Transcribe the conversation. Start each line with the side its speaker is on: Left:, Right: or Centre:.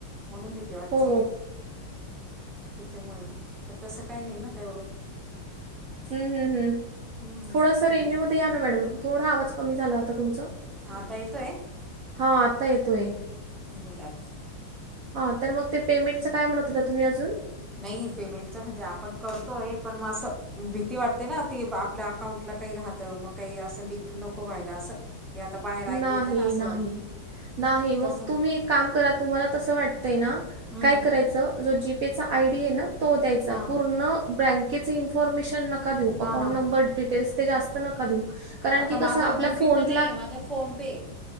Centre: म्हणून भीती वाटते.
Right: हो.
Centre: त्याच्यामुळे पण तसं काही नाही ना तेवढं
Right: हम्म हम्म हम्म
Centre: हम्म,
Right: थोडस रेंज
Centre: म्हणून
Right: मध्ये या ना मॅडम. थोडा आवाज कमी झाला होता तुमचा
Centre: हां आता येतोय?
Right: हां आत्ता येतोय
Centre: बोला.
Right: हां तर मग ते पेमेंटचं काय म्हणत होता तुम्ही अजून
Centre: नाही पेमेंटचं म्हणजे आपण करतो आहे पण म असं भीती वाटते ना ती आपल्या अकाउंटला काही राहतं मग काही असं लीक नको व्हायला असं की आता बाहेर ऐकू
Right: नाही
Centre: येतं ना असं
Right: नाही नाही मग
Centre: तस
Right: तुम्ही एक काम करा तुम्हाला तसं वाटतंय ना
Centre: हम्म
Right: काय करायचं जो जीपे चा आयडी आहे ना तो द्यायचा
Centre: हा
Right: पूर्ण बँकेचे इनफॉर्मेशन नका देऊ अकाउंट
Centre: हा हा
Right: नंबर डिटेल्स ते जास्त नका देऊ कारण
Centre: आता
Right: की
Centre: माझा
Right: कसं आपल्या
Centre: जीपे
Right: फोनला
Centre: तर नाहीये माझा फोन पे